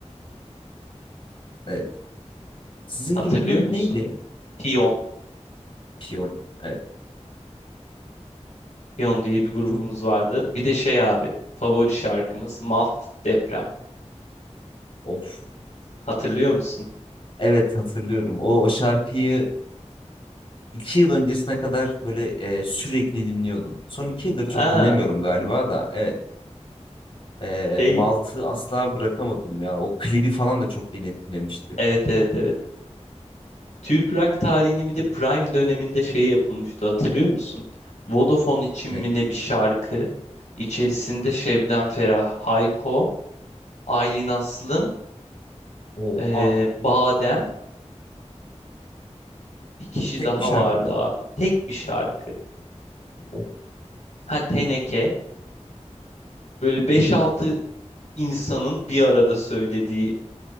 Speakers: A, on the left; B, on the left.
A: Evet. Sizin
B: Hatırlıyor
A: grubun adı
B: musun?
A: neydi?
B: Piyon,
A: Piyon. Evet.
B: Piyon diye bir grubumuz
A: Tur-
B: vardı. Bir de şey abi, favori şarkımız Malt Deprem.
A: Of.
B: Hatırlıyor musun?
A: Evet hatırlıyorum. O, o şarkıyı iki yıl öncesine kadar böyle e, sürekli dinliyordum. Son iki yıldır çok
B: Aa,
A: dinlemiyorum galiba da. Evet. E,
B: şey,
A: Malt'ı asla bırakamadım ya. O klibi falan da çok beni etkilemişti.
B: evet evet evet. Türk rock tarihinin bir de prime döneminde şey yapılmıştı hatırlıyor musun? Vodafone için
A: Ne?
B: mi ne bir şarkı içerisinde Şebnem Ferah, Hayko, Aylin Aslım,
A: Oha.
B: eee, Badem bir kişi
A: Tek
B: daha
A: bir şarkıda
B: vardı
A: mı?
B: abi. Tek bir şarkı.
A: Of,
B: Ha Teneke böyle beş altı insanın bir arada söylediği